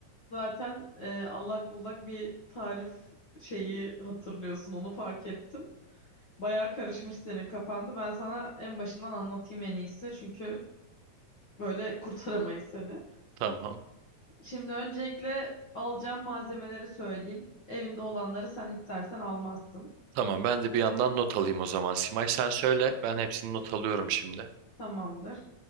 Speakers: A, on the left; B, on the right.
A: Zaten e, allak bullak bir tarif şeyi hatırlıyorsun. Onu fark ettim. Bayağı karışmış senin kafanda. Ben sana en başından anlatayım en iyisi. Çünkü böyle kurtaramayız seni.
B: Tamam.
A: Şimdi öncelikle alacağım malzemeleri söyleyeyim. Evinde olanları sen istersen almazsın.
B: Tamam ben de bir yandan not alayım o zaman. Simay sen söyle ben hepsini not alıyorum şimdi.
A: Tamamdır.